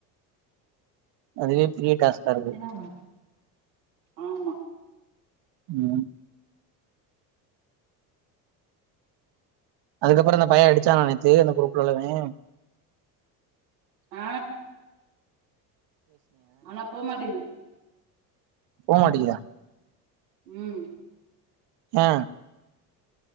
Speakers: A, on the right; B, on the right.
A: அதுவே பெரிய டாஸ்க்காருக்கு
B: என்னவா ஆமா
A: ம் அதுக்கப்பற அந்த பைய அடிச்சானா நேத்து அந்த க்ரூப்ல உள்ளவே
B: ஆ ஆனா போமாட்டேங்து
A: போமாட்டிங்கிதா
B: ம்
A: ஏ